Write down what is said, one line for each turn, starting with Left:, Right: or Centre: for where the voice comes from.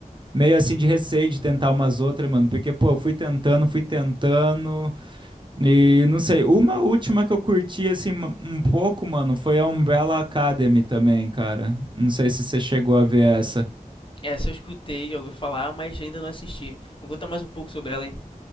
Right: meio assim de receio de tentar umas outras, mano. Porque, pô, eu fui tentando, fui tentando. E não sei, uma última que eu curti, assim, um um pouco, mano, foi a Umbrella Academy também, cara. Não sei se você chegou a ver essa.
Left: Essa eu escutei, já ouvi falar, mas ainda não assisti. Me conta mais um pouco sobre ela, hein?